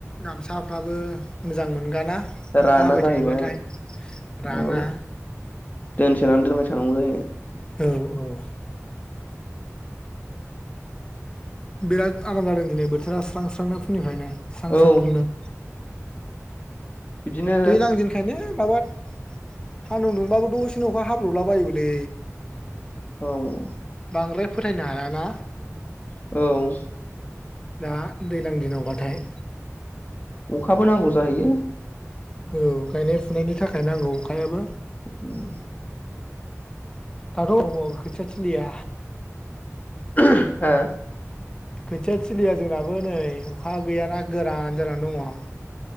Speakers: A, on the left; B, on the left.
A: गामसाफ्राबो मोजां मोनगाना।
B: दा राना
A: अखा हाबाय
B: जाहैबाय
A: थायोबाथाय राना।
B: औ दोनसोनानै दोनबाय थानांगौ जायो।
A: औ औ बिराद आराम जादों दिनै बोथोरा स्रां स्रांनो फुंनिफ्रायनो स्रां
B: औ
A: स्रां दुंदों।
B: बिदिनो
A: दैलां दिंनखायनो माबा सान्दुं दुंबाबो दसेनो अखा हाब्रबला बायोबोलै।
B: औ औ
A: बांद्राय फोथायनो हायाना।
B: औ
A: दा दैलां दिनावबाथाय।
B: अखाबो नांगौ जाहैयो।
A: औ गायनाय फुनायनि थाखाय नांगौ अखायाबो।
B: उम
A: दाथ दङ खोथियाथिलिया।
B: <unintelligible> ओ
A: खोथिया थिलिया जोंनाबो नै अखा गैयाना गोरान जानानै दङ।